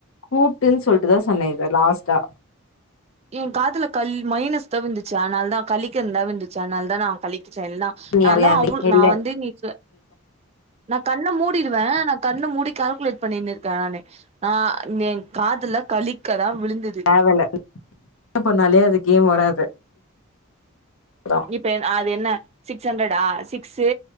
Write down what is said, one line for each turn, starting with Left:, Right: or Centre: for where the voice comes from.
Left: கூட்டுன் சொல்ட்டுதா சொன்ன இத லாஸ்ட்டா
Right: என் காதுல கல் மைனஸ்தா விழுந்துச்சு அதனாலதா கழிக்கிறன்தா விழுந்துச்சு அதனால்தா நா கழிச்சே என்னா
Left: நீ
Right: நாந்தா
Left: அவ அந்த
Right: அவுள்
Left: இல்ல
Right: நா வந்து நீ சொ நா கண்ண மூடிடுவே நா கண்ண மூடி கால்குலேட் பண்ணினிருக்க நானு ஆ எ காதுல கழிக்கதா விழுந்துது
Left: வே இல்ல பண்ணாலே அது கேம் வராது அதா
Right: இப்ப எ ஆ அது என்ன சிக்ஸ் ஹண்ட்ரடா சிக்ஸு